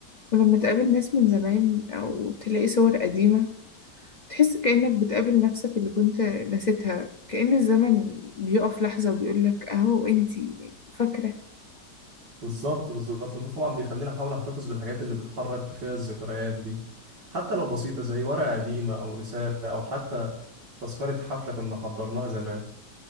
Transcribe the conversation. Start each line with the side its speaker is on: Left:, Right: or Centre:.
Left: ولما تقابل ناس من زمان أو تلاقي صور قديمة تحس كأنك بتقابل نفسك اللي كنت نسيتها كأن الزمن بيقف لحظة وبيقولك أهو أنتي فاكرة
Right: بالظبط بالظبط ده طبعا بيخليني احاول احتفظ بالحاجات اللي بتحرك فيها الذكريات دي حتى لو بسيطة زي ورقة قديمة او رسالة او حتى تذكرة حفلة كنا حضرناها زمان